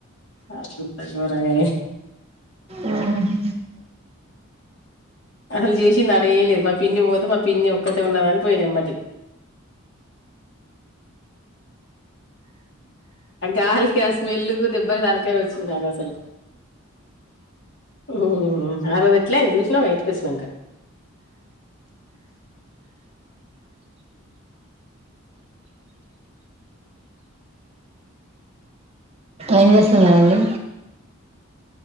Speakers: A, on the left (about 60°); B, on the right (about 30°).
A: అట్లుంటది మరి అయినే
B: ఆ,
A: అసలు చేసింది ఆడ ఏం లేదు. మా పిన్ని పోతే మా పిన్ని ఒక్కతే ఉన్నదని పోయిన ఎమ్మటి. ఆ గాలికి ఆ స్మెల్లుకు దెబ్బకు తలకాయ నొచ్చింది నాకు అసలు. ఉమ్ ఆరోజు ఎట్లా అయింది చూసినవుగా ఇంటికి వచ్చినంక.
B: ఎం చేస్తున్నారండి.